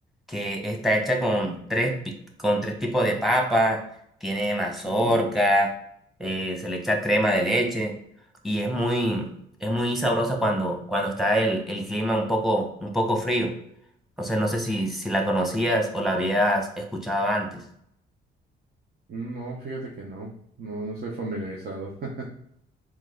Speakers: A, in the centre; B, on the right (about 50°).
A: que está hecha con tres, pi- con tres tipos de papa. Tiene mazorca,
B: ujú.
A: eh, se le echa crema de leche. Y es muy, es muy sabrosa cuando, cuando está el, el clima un poco, un poco frío. Entonces no sé si, si la conocías o la habías escuchado antes.
B: Mm, No, fíjate que no. No, no soy familiarizado. <laughs>